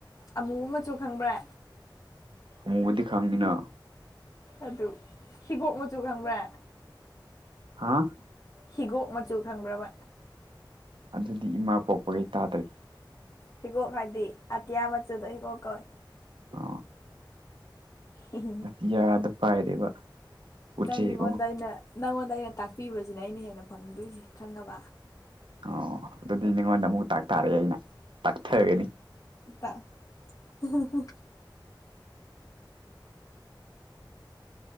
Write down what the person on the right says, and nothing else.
ꯑꯃꯨꯕꯗꯤ ꯈꯪꯏꯅ
ꯍꯥꯥ
ꯑꯗꯨꯗꯤ ꯏꯃꯥ ꯄꯣꯛꯄꯗꯩ ꯇꯥꯗꯔꯤ
ꯑ
ꯑꯇꯤꯌꯥꯗ ꯄꯥꯏꯔꯤꯕ ꯎꯆꯦꯛ
ꯑꯣ
ꯑꯣ ꯑꯗꯨꯗꯤ ꯅꯉꯣꯟꯗ ꯑꯃꯨꯛ ꯇꯥꯛ ꯇꯥꯔꯑꯦ ꯑꯩꯅ ꯇꯥꯛꯊꯒꯅꯤ